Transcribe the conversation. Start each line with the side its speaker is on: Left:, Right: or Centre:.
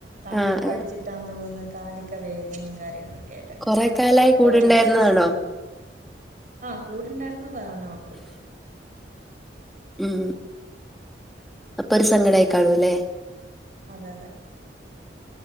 Right: തണുപ്പടിച്ചിട്ടാ
Centre: ആഹ് ആഹ്
Right: ന്ന് തോന്ന്ന്നത് കാല്ക്ക വേദനേം കാര്യങ്ങൾ ക്കെറ്റഅങ്ങനെ
Centre: കൊറെ കാലായി കൂടെ
Right: കൊർച്ച്
Centre: ഉണ്ടായിരുന്നതാണോ
Right: ഇഷ്യൂസ് ആഹ് കൂടണ്ടാര്ന്നതാണ് ഒൾക്ക്
Centre: ഉം അപ്പൊരു സങ്കടായികാണുല്ലേ
Right: അതെ അതെ